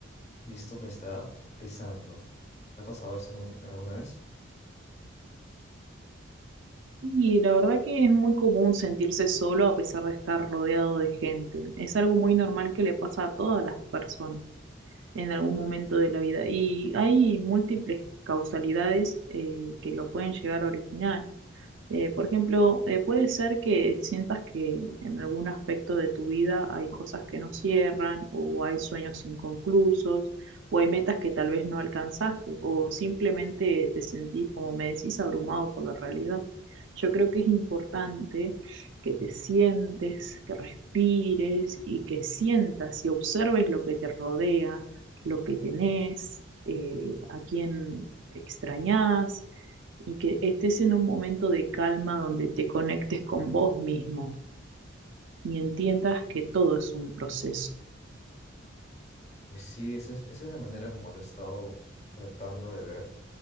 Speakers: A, on the left; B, on the right.
A: y esto me está pesando. ¿Te ha pasado esto algún- alguna vez?
B: Y la verdad que es muy común sentirse solo a pesar de estar rodeado de gente. Es algo muy normal que le pasa a todas las personas en algún momento de la vida. Y hay múltiples causalidades eh, que lo pueden llegar a originar. Eh, por ejemplo, eh, puede ser que sientas que en algún aspecto de tu vida hay cosas que no cierran, o hay sueños inconclusos, o hay metas que tal vez no alcanzaste, o simplemente te sentís, como me decís, abrumado por la realidad. Yo creo que es importante que te sientes, que respires y que sientas y observes lo que te rodea, lo que tenés, eh, a quién extrañás y que estés en un momento de calma donde te conectes con vos mismo y entiendas que todo es un proceso.
A: Pues sí, esa es, esa es la manera como lo he estado tratando de ver